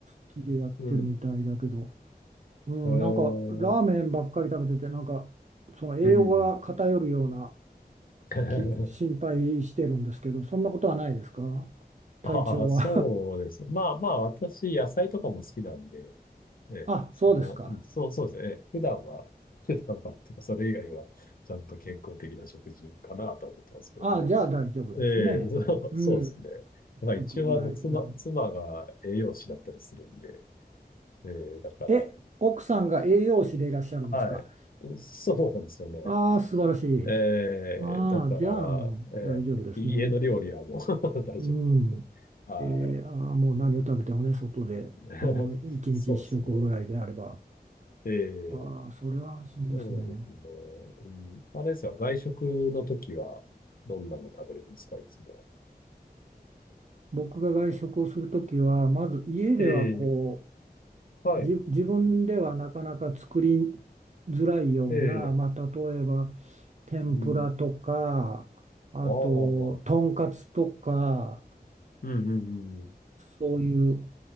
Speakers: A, on the right; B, on the left.
A: きでやってるみたいだけど、
B: うん。
A: うん、
B: ええ
A: なんかラーメンばっかり食べてて、なんか、その栄養が偏るような
B: うん。<laughs>
A: き心配してるんですけど、そんなことはないですか体調は
B: ああ、そうです。まあまあ、私、野菜とかも好きなんで、
A: <laughs>
B: ええ、
A: あ、
B: その、
A: そうですか。
B: うんそうそうですね。ええ普段は、普段は、てか、それ以外は、ちゃんと健康的な食事かなとは思ってますけどね。
A: ああ、じゃあ大丈夫ですね。
B: ええ、<laughs> そうそうですね。
A: うん、
B: まあ一応あの妻、
A: 食ぐらいな。
B: 妻が栄養士だったりするんで、ええ、だから、
A: え、奥さんが栄養士でいらっしゃるんですか
B: はい。そうなんですよね。
A: ああ、素晴らしい。
B: ええ、
A: ああ、
B: だから、
A: じゃあもう大丈夫ですね。
B: ええ、家の料理はもう <laughs> 大丈夫なんで。
A: うん。
B: はい。
A: えー、ああ、もう何を食べてもね、外で、
B: <laughs>
A: うん、一日一食ぐらいであれば。
B: そうですね。え
A: ああ、
B: え、
A: それは安心ですね。
B: そうですね。うん、あれですか、外食の時はどんなの食べれるんですか、いつも。
A: 僕が外食をするときは、まず家ではこ
B: ええ、はい。
A: う、じ自分ではなかなか作りづらいような、
B: ええ、
A: まあ、例えば、天ぷらとか、
B: うん。
A: あと、
B: ああ、
A: とんかつとか、
B: うんうんうん。
A: そういう